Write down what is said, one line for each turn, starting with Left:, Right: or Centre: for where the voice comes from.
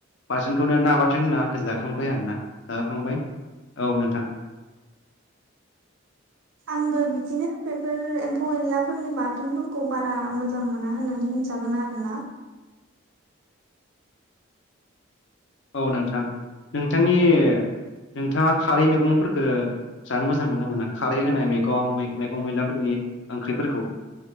Left: बाथोनखौनो ना बाथोन होनना आंखौ जाखांबाय आरोना जाखांबाय औ नोंथां
Right: आंबो बिदिनो बेफोर एम्फौ-एनलाफोरनि बाथोनफोरखौ बारा मोजां मोना होननानै बुं जागोन आरो ना
Left: औ नोंथां -नोंथांनि नोंथाङा खारै मैगंफोरखौ जानो मोजां मोनो मोना खारै होनाय मैगं -मैगं मैलाफोरनि ओंख्रिफोरखौ